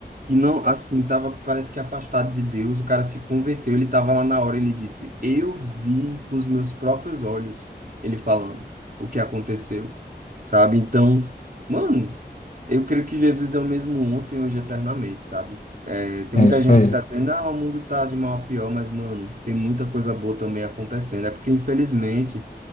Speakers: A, on the right (about 50°); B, on the left (about 45°).
A: que não, assim, tava, parece que afastado de Deus, o cara se converteu, ele tava lá na hora, ele disse, eu vi com os meus próprios olhos, ele falando o que aconteceu, sabe? Então, mano, eu creio que Jesus é o mesmo ontem, hoje, e eternamente, sabe? É, tem
B: é
A: muita
B: isso
A: gente
B: aí.
A: que tá dizendo, ah, o mundo tá de mal a pior, mas, mano, tem muita coisa boa também acontecendo. É porque, infelizmente,